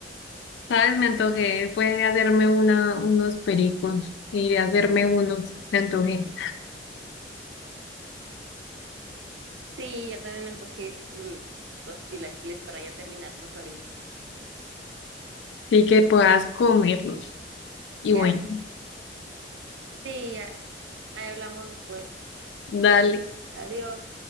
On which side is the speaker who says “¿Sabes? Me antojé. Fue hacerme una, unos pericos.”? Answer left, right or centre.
Left